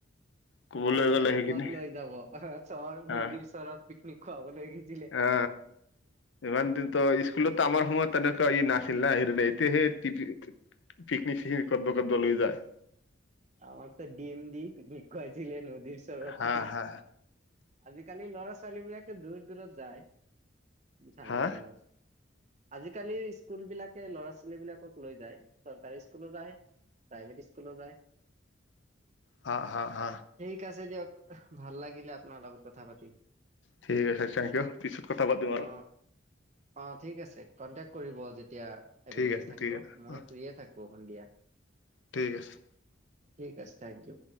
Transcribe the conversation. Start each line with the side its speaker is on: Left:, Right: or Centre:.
Left: ক'বলৈ
Right: আমাক
Left: গ'লে
Right: আৰু
Left: সেইখিনি
Right: ক'ত লৈ যাব অ হ চহৰ
Left: অ
Right: নদীৰ চৰত পিকনিক খুৱাব। জিলে
Left: অ ইমান দিন ত'স্কুলটো আমাৰ সময়ত তেনেকুৱা ই নাছিল না হেৰি তে সেই টি বি পিকনিক চিকনিক কৰব কাদব লৈ যায়
Right: আমাক তো ডিম দি ভষয়ছিলে নদীৰ চৰৰত।
Left: হা হা
Right: আজিকালি ল'ৰা ছোৱালীবাক তো দূৰ দূৰত যায়। ঠাণ্ডা
Left: হা
Right: দিনত আজিকালিৰ স্কুল বিলাকে লৰা ছোৱালী বিলাকক লৈ যায়। চৰকাৰী স্কুল ও যাই প্ৰাইভেট স্কুলো যাই।
Left: হ হা হ
Right: ঠিক আছে দিয়ক ভাল লাগিলে আপোনাৰ লগত কথা পাতি
Left: ঠিক আছে থেংক ইউ পিছত কথা পাতিন আৰু
Right: অ অ ঠিক আছে কন্টেকট কৰিব যটট এতিয়া
Left: ঠিক
Right: এভেইলেবল
Left: আছে
Right: থাকিব
Left: ঠিক আছে
Right: মই
Left: অ
Right: ফ্ৰী এ থাকো সন্ধিয়া।
Left: ঠিক আছে।
Right: ঠিক আছে থেংক ইউ।